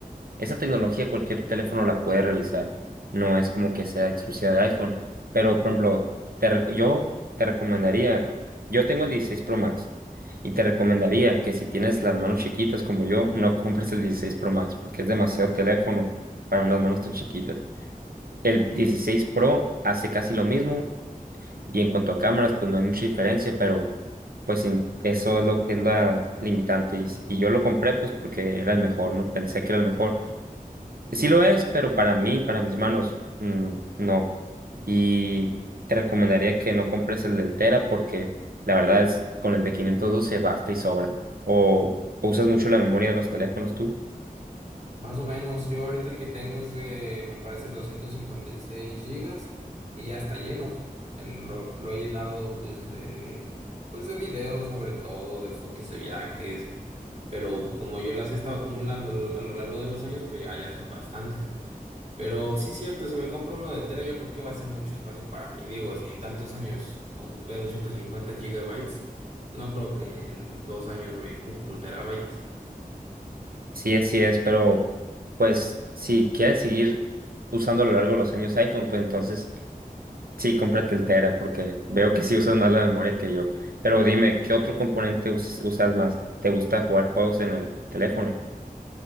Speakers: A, on the right; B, on the right.
A: Esa tecnología cualquier teléfono la puede realizar. No es como que sea exclusiva de iPhone. Pero, por ejemplo, te reco- yo te recomendaría, yo tengo el 16 Pro Max y te recomendaría que si tienes las manos chiquitas como yo, no compres el 16 Pro Max porque es demasiado teléfono para unas manos tan chiquitas. El 16 Pro hace casi lo mismo y en cuanto a cámaras, pues no hay mucha diferencia, pero pues sin- eso es lo que es la limitante. Y, s- y yo lo compré pues porque era el mejor, ¿no? Pensé que era el mejor Sí lo es, pero para mí, para mis manos, mm, no. Y te recomendaría que no compres el del Tera porque la verdad es con el de 512 basta y sobra. O, o usas mucho la memoria de los teléfonos tú.
B: Más o menos, yo ahorita el que tengo es de, me parece, 256 gigas y ya está lleno. El- lo, lo he llenado pues de, pues de videos sobre todo, de fotos de viajes, pero como yo las he estado acumulando a lo largo de los años, pues ya, ya son bastantes. Pero sí, cierto, si me compro uno de tera, yo creo que va a ser mucho espacio para mí. Digo, si en tantos años ocupé 250 gigabytes, no creo que en dos años me ocupe un terabyte.
A: Sí, así es, pero pues si quieres seguir usando a lo largo de los años iPhone, pues entonces sí, cómprate el Tera porque veo que sí usas más la memoria que yo. Pero dime, ¿qué otro componente us- usas más? ¿Te gusta jugar juegos en el teléfono?